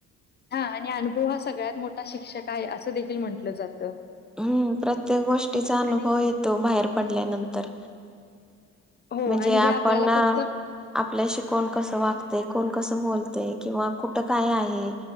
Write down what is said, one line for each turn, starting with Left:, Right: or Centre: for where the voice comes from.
Left: हा आणि अनुभव हा सगळ्यात मोठा शिक्षक आहे असं देखील म्हंटलं जातं
Centre: हम्म प्रत्येक गोष्टीचा अनुभव
Left: आणि
Centre: येतो बाहेर पडल्यानंतर
Left: हो
Centre: म्हणजे
Left: आणि
Centre: आपण
Left: हे आपल्याला फक्त
Centre: आपल्या शिकवण कस वागतेय कोण कसं बोलतय किंवा कुठ काय आहे